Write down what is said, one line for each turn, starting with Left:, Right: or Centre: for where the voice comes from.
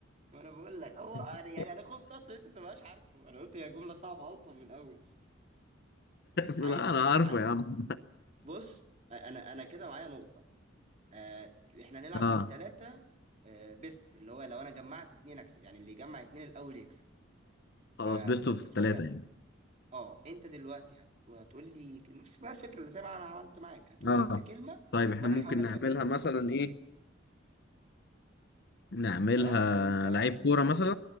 Right: ما انا بقول لك هو
Left: <laughs>
Right: أنا- يعني انا خفت اصلا انت تبقاش عارفه انا قلت هي جمله صعبه اصلا من الاول
Left: لا
Right: عايز
Left: انا عارفه
Right: ع-
Left: يا عم
Right: بص انا انا كده معايا نقطه آه، احنا هنلعب
Left: <laughs> اه
Right: من ثلاثه بيست اللي هو لو انا جمعت اتنين اكسب يعني اللي يجمع اتنين الاول يكسب
Left: خلاص
Right: ف...
Left: بيست
Right: فانت
Left: اوف
Right: اسمه
Left: ثلاثة
Right: ايه ده
Left: يعني
Right: اه انت دلوقتي هت... هتقول لي نفس بقى الفكره اللي زي ما انا عملت معاك هتقول
Left: اه
Right: لي انت كلمه
Left: طيب احنا
Right: وانا
Left: ممكن
Right: احاول اخمنها
Left: نعملها مثلا ايه نعملها
Right: لو انا خمنتها
Left: لعيب
Right: هكسب
Left: كورة مثلا